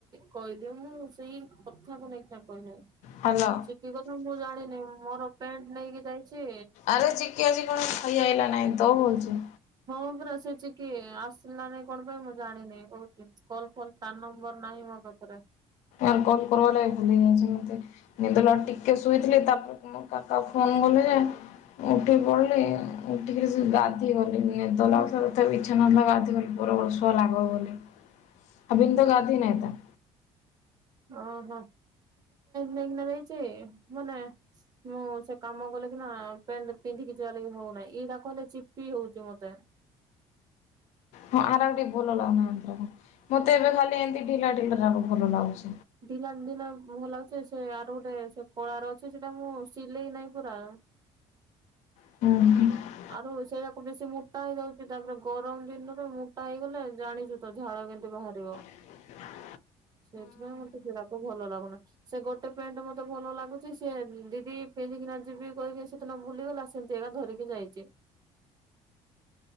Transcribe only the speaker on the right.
କହିଦେଉ ମୁଁ ସେଇ କଥାକୁ ନେଇକି କହିଲି।
ଚିକି କତିରୁ ମୁଁ ଜାଣିନି ମୋର ପେଣ୍ଟ ନେଇକି ଯାଇଛି।
ହଁ ପୁରା ସେ ଚିକି ଆସିଲା ନାଇଁ କଣ ପାଇଁ ମୁଁ ଜାଣିନି କହୁଥିଲ କଲ୍ ଫଲ୍ ତା ନମ୍ବର ନାହିଁ ମୋ ପାଖରେ।
ଓହୋ। <unintelligible> ନେଇକିନା ଯାଇଚି ମାନେ ମୁଁ ସେ କାମ କଲେ କି ନା ପେଣ୍ଟ ପିନ୍ଧିକି ଯିବା ଲାଗି ହଉନାଇ। ଇନା କହିଲେ ଚିପି ହଉଚୁ ମତେ।
ଢିଲା ଢିଲା ଭଲ ଲାଗୁଚେ ସେ ଆର ଗୋଟେ ସେ କଳାର ଅଛି ସେଟା ମୁଁ ସିଲେଇ ନାହିଁ ପୁରା।
ଆରୁ ସେଇରାକ ବେଶୀ ମୋଟା ହେଇଯାଉଚି। ତାପରେ ଗରମ ଦିନରେ ମୋଟା ହେଇଗଲେ ଜାଣିଚୁ ତ ଝାଳ କେମତି ବାହାରିବ।
ସେଇଥିପାଇଁ ମତେ ହେରାକ ଭଲ ଲାଗୁନି। ସେ ଗୋଟେ ପ୍ୟାଣ୍ଟ ମତେ ଭଲ ଲାଗୁଚି, ସେ ଦିଦି ପିନ୍ଧିକିନା ଯିବି କହିିକି ସେଦିନ ବୁଲିଗଲା ସେ ତି ରା ଧରିକି ଯାଇଚି।